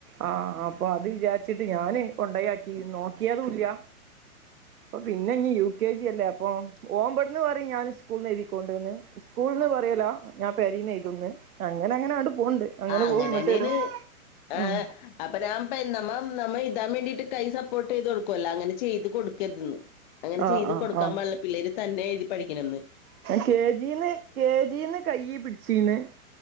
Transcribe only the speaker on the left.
ആ അങ്ങനെന്നെയാണ്
ആ
അപ്പൊ ഞാൻ <unintelligible> നമ്മ താൻ വേണ്ടീട്ട് കൈ സപ്പോർട്ട് ചെയ്ത് കൊടുക്കുല്ലോ അങ്ങനെ ചെയ്ത് കൊടുക്കരുതന്ന് അങ്ങനെ
ചെയ്ത്
കൊടുക്കാൻ
പാടില്ല പിള്ളേര് തന്നെ എഴുതി പഠിക്കണന്ന്